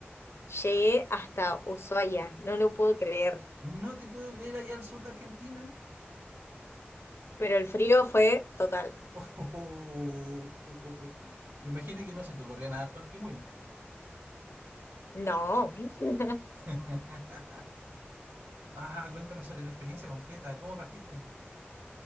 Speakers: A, on the left (about 90°); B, on the right (about 60°).
A: llegué hasta Ushuaia, no lo puedo creer,
B: No te puedo creer allá al sur de Argentina.
A: pero el frío fue total.
B: <laughs> Me imagino que no se te ocurría nadar con los pingüinos.
A: No. <laughs>
B: <laughs> Ah, cuéntame sobre la experiencia completa. ¿Cómo partiste?